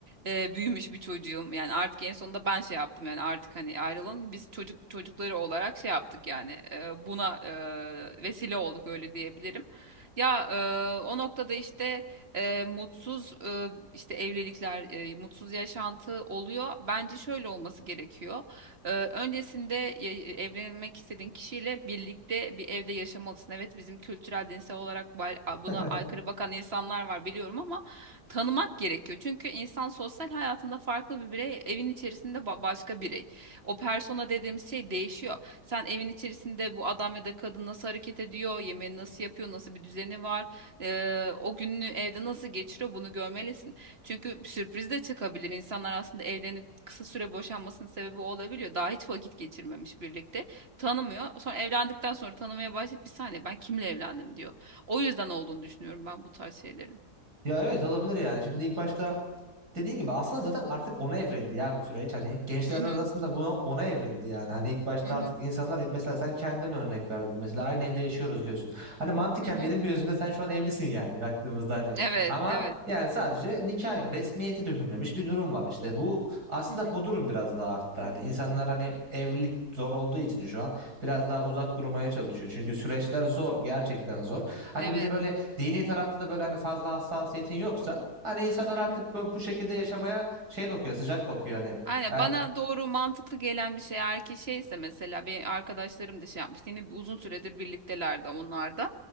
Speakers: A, on the right; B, on the right.
A: e, büyümüş bir çocuğum. Yani artık en sonunda ben şey yaptım yani artık hani ayrılalım. Biz çocuk çocukları olarak şey yaptık yani e, buna e, vesile olduk öyle diyebilirim. Ya e, o noktada işte e, mutsuz e, işte evlilikler, e, mutsuz yaşantı oluyor. Bence şöyle olması gerekiyor. Ee, öncesinde ya- evlenmek istediğin kişiyle birlikte bir evde yaşamalısın. Evet bizim kültürel dinsel olarak bal- a-
B: <laughs>
A: buna aykırı bakan insanlar var biliyorum ama tanımak gerekiyor. Çünkü insan sosyal hayatında farklı bir birey, evin içerisinde ba- başka birey. O persona dediğimiz şey değişiyor. Sen evin içerisinde bu adam ya da kadın nasıl hareket ediyor, yemeğini nasıl yapıyor, nasıl bir düzeni var, ee, o gününü evde nasıl geçiriyor bunu görmelisin. Çünkü sürpriz de çıkabilir. İnsanlar aslında evlenip kısa süre boşanmasının sebebi o olabiliyor. Daha hiç vakit geçirmemiş birlikte. Tanımıyor. Sonra evlendikten sonra tanımaya başlayıp bir saniye ben kimle evlendim diyor. O yüzden olduğunu düşünüyorum ben bu tarz şeylerin.
B: Ya evet olabilir yani. Şimdi ilk başta Dediğin gibi aslında zaten artık ona evrildi ya bu süreç hani gençler
A: Hı hı
B: arasında buna ona evrildi yani hani ilk başta
A: hı hı
B: artık insanlar "E, mesela sen kendin örnek verdin mesela aynı evde yaşıyoruz diyorsun hani mantıken
A: hı. hı.
B: benim gözümde sen şu an evlisin yani baktığımızda hani
A: Evet,
B: ama
A: evet.
B: yani sadece nikah yok resmiyeti dökülmemiş bir durum var işte bu aslında
A: Hı hı.
B: bu durum biraz daha arttı hani insanlar hani evlilik zor olduğu için şu an biraz daha uzak durmaya çalışıyor çünkü süreçler zor gerçekten zor hani
A: Evet.
B: bir de böyle dini tarafta da böyle hani fazla hassasiyetin yoksa Hani insanlar
A: Hı
B: artık
A: hı.
B: bu, bu şekilde yaşamaya şey bakıyor, sıcak bakıyor hani.
A: Aynen
B: Yani
A: bana doğru mantıklı gelen bir şey eğer ki şeyse mesela bir arkadaşlarım da şey yapmıştı yine bir- uzun süredir birliktelerdi onlar da.